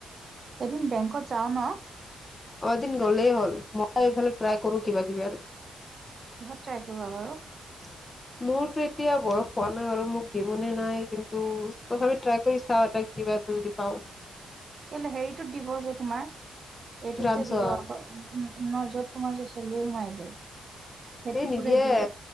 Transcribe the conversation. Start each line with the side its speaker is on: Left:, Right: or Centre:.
Right: এদিন বেংকত যাওঁ ন।
Left: এদিন গলেই হ'ল মই এইফালে ট্ৰাই কৰো কিবা কিবি আৰু
Right: কিহত ট্ৰাই কৰিবা বাৰু।
Left: <unintelligible> মোৰতো এতিয়া বয়স হোৱা নাই বাৰু। মোক দিবনে নাই কিন্তু তথাপি ট্ৰাই কৰি চাওঁ এটা কিবা। তেওঁ যদি পাওঁ।
Right: কেলৈ হেৰিটোত দিব যে তোমাৰ এইটোত
Left: ফ্ৰান্সত
Right: যে দিব আকৌ। উম, ন য'ত তোমাৰ যে চেলাৰী সোমাই যে। সেইটোত
Left: এই নিদিয়ে
Right: বোলে দিয়ে